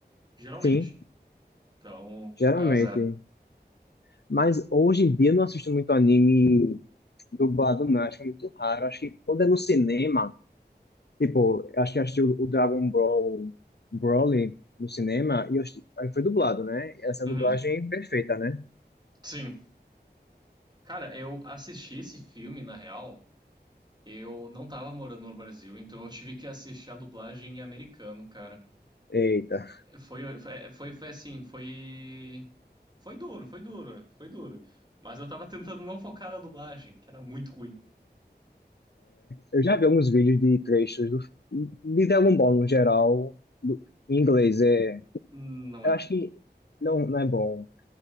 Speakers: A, on the right (about 25°); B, on the left (about 70°).
A: geralmente.
B: Sim.
A: Então,
B: Geralmente.
A: mas é.
B: Mas hoje em dia eu não assisto muito anime dublado, não. Acho que é muito raro. Acho que quando é no cinema, tipo, acho que eu assisti o o Dragon Ball Broly no cinema e eu assisti- aí foi dublado, né? Essa
A: Uhum.
B: dublagem perfeita, né?
A: Sim. Cara, eu assisti esse filme, na real, Eu não tava morando no Brasil, então eu tive que assistir a dublagem em americano, cara.
B: Eita.
A: Foi, foi, foi foi assim, foi. Foi duro, foi duro, foi duro. Mas eu tava tentando não focar na dublagem, que era muito ruim.
B: Eu já vi alguns vídeos de trechos do, de Dragon Ball no geral, do, em inglês. É,
A: Não
B: eu
A: é bom.
B: acho que não, não é bom.